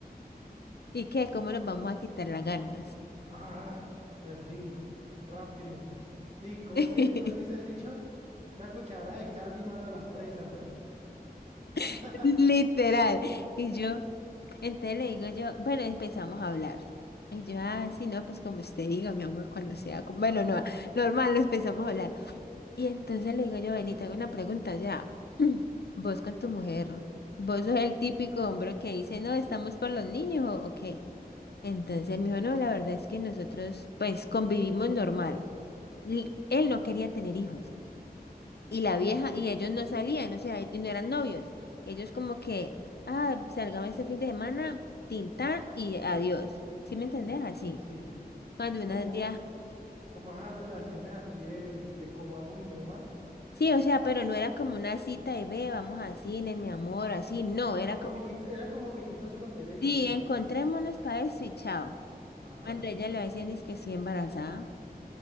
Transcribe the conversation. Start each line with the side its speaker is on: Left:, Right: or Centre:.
Left: ¿Y qué? ¿Cómo nos vamos a quitar las ganas?
Right: Ah, así, rápido. Sí, ¿cómo
Left: Oye.
Right: es que es? ¿Cómo es que es el dicho? Una cuchara de caldo y mano a la presa, ¿no?
Left: <laughs>
Right: <laughs>
Left: Literal. Y yo, entonces le digo yo, bueno, empezamos a hablar. Y yo, ah, sí, no, pues como usted diga, mi amor, cuando sea, como- bueno, no, normal, nos empezamos a hablar. Y entonces le digo yo, ven y te hago una pregunta ya. <clears throat> Vos con tu mujer, vos sos el típico hombre que dice, no, estamos por los niños o, o qué. Entonces él me dijo, no, la verdad es que nosotros pues convivimos normal. L- Él no quería tener hijos. Y la vieja, y ellos no salían, o sea, y no eran novios. Ellos como que, ah, salgamos este fin de semana, tintán y adiós. ¿Sí me entendés?
Right: Epa,
Left: Así.
Right: sí.
Left: Cuando una
Right: Como,
Left: día...
Right: como esas relaciones así de, de, de comamos y no más.
Left: Sí, o sea, pero no era como una cita de ve, vamos a cine, mi amor, así, no, era
Right: Como
Left: como
Right: amiguitos, era como amiguitos con derecho,
Left: Sí,
Right: digamos.
Left: encontrémonos para eso y chao.
Right: Ajá.
Left: Cuando ella le va diciendo es que sí embarazada.